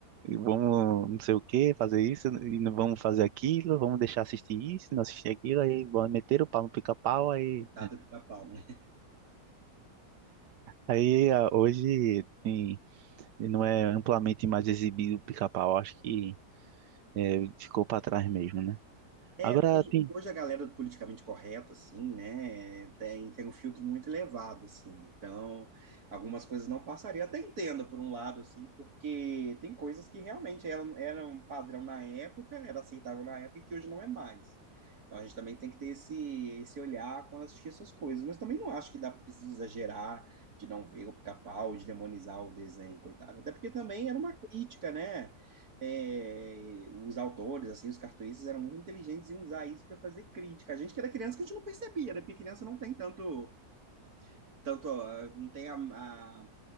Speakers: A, on the right; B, on the right.
A: vamos não sei o quê, fazer isso, e não vamos fazer aquilo, vamos deixar assistir isso, não assistir aquilo. Aí bom, meteram o pau no Pica-Pau, aí
B: Coitado do pica-pau, né?
A: Aí a- hoje em- não é amplamente mais exibido o pica-pau, acho que é, ficou para trás mesmo, né?
B: É,
A: Agora
B: hoje,
A: tem,
B: hoje a galera do politicamente correto, assim, né, tem, tem um filtro muito elevado, assim, então algumas coisas não passariam Até entendo, por um lado, assim, porque tem coisas que realmente eram, eram padrão na época, era aceitável na época e que hoje não é mais. Então a gente também tem que ter esse, esse olhar quando assistir essas coisas, mas também não acho que dá precisa exagerar de não ver o pica-pau, de demonizar o desenho, coitado. Até porque também era uma crítica, né? é, os autores, assim, os cartunistas eram muito inteligentes e iam usar isso para fazer crítica. A gente que era criança que a gente não percebia, né? Porque criança não tem tanto, tanto ah, não tem a, a-